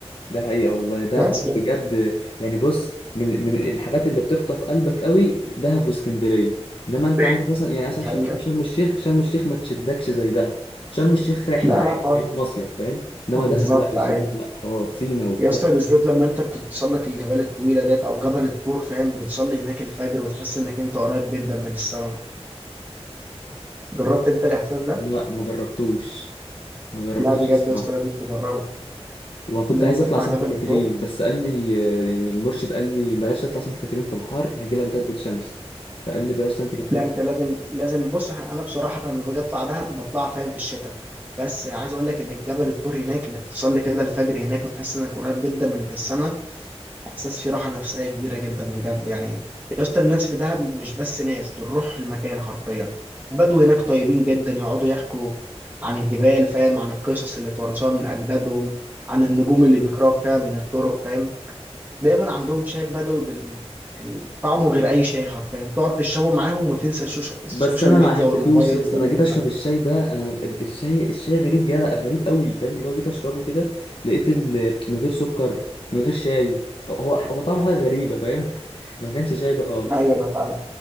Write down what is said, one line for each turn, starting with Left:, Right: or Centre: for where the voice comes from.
Left: ده حقيقه والله ده
Right: بس
Left: ب-
Right: يعني
Left: بجد يعني بص من من الحاجات اللي بتخطف قلبك قوي دهب واسكندريه انما انت
Right: طيب.
Left: عندك مثلا يعني مثلا
Right: دي
Left: ش-
Right: حقيقة
Left: عارف شرم الشيخ شرم الشيخ ما تشدكش زي دهب شرم الشيخ رحله
Right: لا
Left: عادي
Right: لا خالص
Left: فاهم مصيف فاهم انما
Right: بالظبط
Left: دهب لا يا اسطى
Right: ايوه
Left: دهب لا حوار سينا وبتاع
Right: يا اسطى بالذات لما انت بتتسلق الجبال الطويلة ديت او جبل الطور فاهم بتصلي هناك الفجر وتحس انك انت قريب جدا من السماء جربت انت الاحساس ده؟
Left: لا ما جربتوش ما جربتوش
Right: لا بجد
Left: الصراحة
Right: يا اسطى لازم تجربه
Left: وكنت
Right: لازم
Left: عايز
Right: تطلع
Left: اطلع سانت
Right: جبل
Left: كاترين
Right: الطور
Left: بس قال لي يعني المرشد قال لي بلاش تطلع سانت كاترين في الحر هيجي لك ضربة شمس فقال لي بلاش سانت كاترين
Right: لا انت
Left: خالص
Right: لازم لازم بص انا بصراحه لما باجي اطلع دهب بطلع فاهم في الشتاء بس عايز اقول لك ان جبل الطور هناك انك تصلي كده الفجر هناك وتحس انك قريب جدا من السماء احساس فيه راحه نفسيه كبيره جدا بجد يعني يا اسطى الناس في دهب مش بس ناس دول روح المكان حرفيا بدو هناك طيبين جدا يقعدوا يحكوا عن الجبال فاهم عن القصص اللي اتورثوها من اجدادهم عن النجوم اللي بيقراوا فيها من الطرق فاهم دايما عندهم شاي بدوي بال يعني طعمه غير اي شاي حرفيا تقعد تشربه معاهم وتنسى الشوش... السوشيال
Left: بس انا
Right: ميديا
Left: ما حبيتهوش
Right: والموبايل
Left: يا
Right: والدنيا
Left: اسطى انا جيت
Right: كلها
Left: اشرب الشاي ده انا الشاي الشاي غريب جدا غريب قوي فاهم اللي هو جيت اشربه كده لقيت ال... من غير سكر من غير شاي هو هو طعمه حاجة غريبة فاهم <laughs> ما كانش شاي ده خالص
Right: ايوه ده فعلا